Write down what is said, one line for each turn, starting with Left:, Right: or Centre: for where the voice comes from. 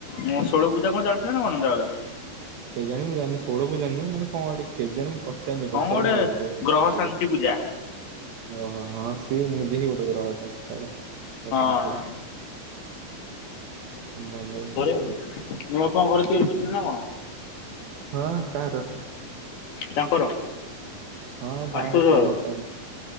Left: ମୋ ଷୋଳ ପୂଜା କଣ ଚାଲୁଥିଲା ନା ମନତାଗର।
Right: କେ ଜାଣ ମୁ ଜାଣିନି ଷୋଳ ପୂଜା ନୁହଁ ମାନେ କଣଟେ କେଜଣେ ମୁଁ ପଚାରିନି
Left: ହଁ
Right: ପଚାରିଲେ
Left: ଗୋଟେ
Right: ହବ। ମୁଁ ଆସି
Left: ଗ୍ରହ
Right: ପଚାରେ
Left: ଶାନ୍ତି ପୂଜା
Right: ଓହୋ ହଁ ସିଏ ନିଜେ ହିଁ ଗୋଟେ ଗହଟା ଛଟା। ବସନ୍ତ
Left: ହଁ ହଁ
Right: ଗ ହଁଲ। <unintelligible>
Left: ଆଉ। ମୁଁ ଆପଣଙ୍କ ଘରେ ତିଆରି କରିଦେଲି ନା କଣ?
Right: ହଅଁ କାହାର?
Left: ତାଙ୍କର।
Right: ହଁ ତାଙ୍କର
Left: ଆଶୁତୋଷ
Right: କଣ
Left: ଘର
Right: ଚାଲିଚି?